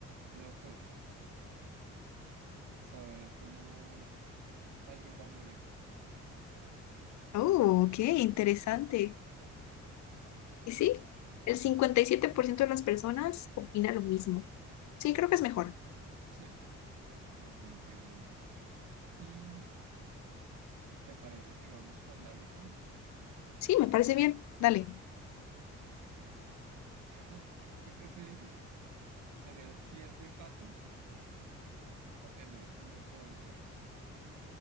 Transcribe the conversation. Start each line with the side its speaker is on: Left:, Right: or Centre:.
Right: No, pues, saber cómo alguien va a morir.
Left: Oh, qué interesante.
Right: <laughs>
Left: Y sí, el 57% de las personas opina lo mismo. Sí, creo que es mejor.
Right: Sí, definitivamente. ¿Y te parece si vamos por la última?
Left: Sí, me parece bien. Dale.
Right: Dale, perfecto. <laughs> ¿Qué preferirías? ¿Tener pies de pato o tener una voz de pato?